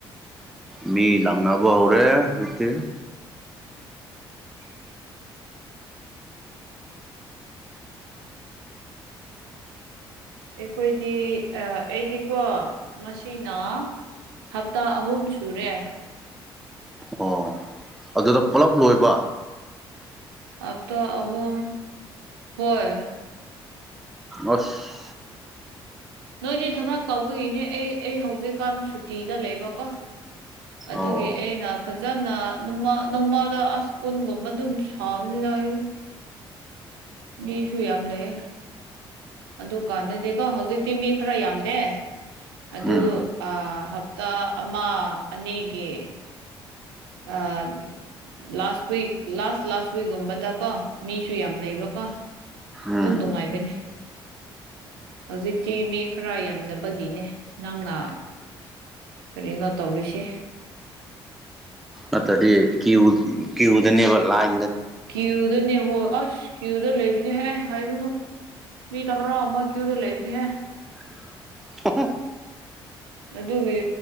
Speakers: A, in the centre; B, on the right.
A: ꯃꯤ ꯂꯥꯡꯅꯕꯅꯕ ꯍꯧꯔꯦ ꯍꯧꯖꯤꯛꯇ
B: <inaudible> ꯑꯩꯈꯣꯏꯗꯤ ꯑꯩꯗꯤꯀꯣ ꯉꯁꯤꯅ ꯍꯞꯇꯥ ꯑꯍꯨꯝ ꯁꯨꯔꯦ
A: ꯑꯣ ꯑꯗꯨꯗ ꯄꯨꯂꯞ ꯂꯣꯏꯕ
B: ꯑꯇ ꯑꯍ ꯍꯣꯏ
A: ꯑꯁ
B: ꯅꯣꯏꯗꯤ ꯊꯕꯥꯛ ꯇꯧꯕꯒꯤꯅꯦ ꯑꯩ ꯑꯩ ꯍꯧꯖꯤꯛꯀꯥꯟꯗ ꯁꯨꯇꯤꯗ ꯂꯩꯕꯀꯣ ꯑꯗꯨꯒꯤ
A: ꯑꯣ ꯑꯣ
B: ꯑꯩꯅ ꯐꯖꯅ ꯅꯃ ꯅꯣꯡꯃꯥꯗ ꯑꯁ ꯀꯨꯟꯒꯨꯝꯕ ꯑꯗꯨꯝ ꯁꯥꯕꯅꯤꯅ ꯑꯩ ꯃꯤꯁꯨꯨꯏ ꯌꯥꯝ ꯂꯩ ꯑꯗꯨꯀꯥꯟꯗꯗꯤꯀꯣ ꯍꯧꯖꯤꯛꯇꯤ ꯃꯤ ꯈꯔ ꯌꯥꯝꯗꯦ ꯑꯗꯨ
A: ꯎꯝ
B: ꯍꯞꯇꯥ ꯑꯃ ꯑꯅꯤꯒꯤ ꯑ ꯂꯥꯁ ꯋꯤꯛ ꯂꯥꯁ ꯂꯥꯁ ꯋꯤꯛꯀꯨꯝꯕꯗ ꯀꯣ ꯃꯤꯁꯨ ꯌꯥꯝ ꯂꯩꯕꯀꯣ
A: ꯎꯝ
B: ꯑꯗꯨꯝ ꯅꯨꯡꯉꯥꯏꯕꯅꯤ ꯍꯧꯖꯤꯛꯇꯤ ꯃꯤ ꯈꯔ ꯌꯥꯝꯗꯕꯒꯤꯅꯦ ꯅꯪꯅ ꯀꯔꯤꯅꯣ ꯇꯧꯔꯤꯁꯦ
A: ꯑꯠꯇꯗꯤ ꯀ꯭ꯌꯎ ꯀ꯭ꯌꯎꯗꯅꯦꯕ ꯂꯥꯛ
B: ꯀꯎꯗꯅꯦꯍꯣ ꯑꯁ ꯀ꯭ꯌꯨꯗ ꯂꯩꯕꯅꯦꯍꯦ ꯍꯥꯏꯒꯨꯅꯨ ꯃꯤ ꯇꯔꯥ ꯑꯃ ꯀ꯭ꯌꯨꯗ ꯂꯩꯕꯅꯤꯍꯦ
A: <inaudible>
B: ꯑꯗꯨꯒꯤ